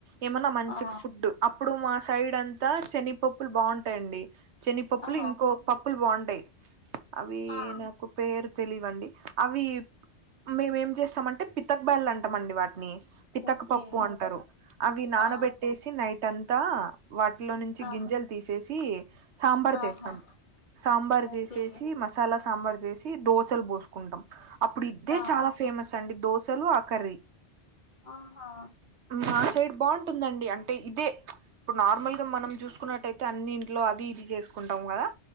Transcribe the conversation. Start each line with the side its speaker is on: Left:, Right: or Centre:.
Right: ఏమన్నా మంచి
Left: ఆ
Right: ఫుడ్ అప్పుడు మా సైడ్ అంతా చెనిగపప్పులు బాగుంటాయండి చెనిగపప్పులు
Left: ఆ
Right: ఇంకో పప్పులు బాగుంటాయ్ అవి
Left: ఆ
Right: నాకు పేరు తెలిదు దండి అవి మేమ ఏం చేస్తామంటే పితప్ బ్యాల్లు అంటామండి వాటిని పితక్
Left: ఓకే
Right: పప్పు అంటారు అవి నానబెట్టేసి
Left: ఆ
Right: నైట్ అంతా వాటిలో నుంచి
Left: ఆ
Right: గింజలు తీసేసి సాంబార్
Left: ఆహా
Right: చేస్తాం సాంబార్
Left: ఓకే
Right: చేసేసి మ సాలా సాంబార్ చేసి దోసలు బోసుకుంటాం అప్పుడు ఇద్దే
Left: ఆ
Right: చాలా ఫేమస్ అండి దోశలు కర్రి
Left: ఆహా
Right: మా సైడ్ బాగుంటుందండి అంటే ఇదే ఇప్పుడు నార్మల్‌గా మనం చూసుకున్నట్టయితే అన్ని ఇంట్లో అది ఇది చేసుకుంటం కదా